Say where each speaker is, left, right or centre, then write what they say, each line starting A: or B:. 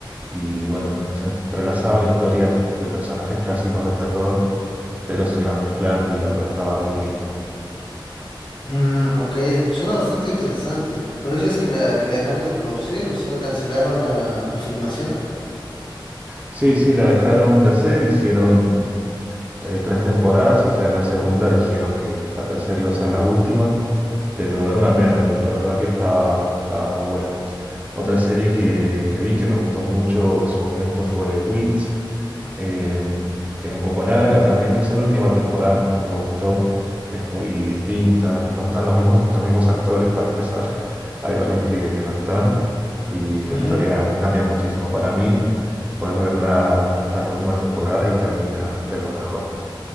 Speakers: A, on the right; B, on the left.
A: Y bueno, se entrelazaban historias de personajes clásicos de terror, pero se iban mezclando y la verdad estaba muy linda.
B: Mm, ok, suena bastante interesante. Pero dices que la, que la dejaron de producir, o sea, cancelaron la, la filmación.
A: Sí, sí, la dejaron de hacer, hicieron eh, tres temporadas y ya en la segunda dijeron que la tercera iba a ser la última, pero era una pena porque la verdad que estaba, estaba muy buena. Otra serie que, que vi que me gustó mucho en su momento fue Weeds, eh, que era un poco larga también. Quizá la última temporada no, no me gustó, es muy distinta, no están los mismos, los mismos actores para empezar, <laughs> hay varios que, que no están y la
B: Ujú,
A: historia cambia muchísimo. Para mí, puedes verla hasta la última temporada y termina de lo mejor.